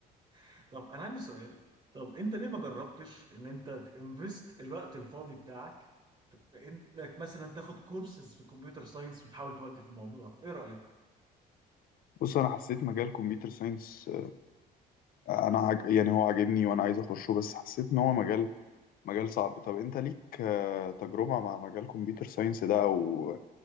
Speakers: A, on the right; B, on the left.
A: <laughs> طب انا عندي سؤال طب انت ليه ما جربتش ان انت تنفست الوقت الفاضي بتاعك انك مثلا تاخد كورسز في كمبيوتر ساينس وتحاول تودي في الموضوع ايه رأيك
B: بص انا حسيت مجال كمبيوتر ساينس انا عج... يعني هو عاجبني وانا عايز اخشه بس حسيت ان هو مجال مجال صعب طب انت ليك آه، تجربة مع مجال كمبيوتر ساينس ده او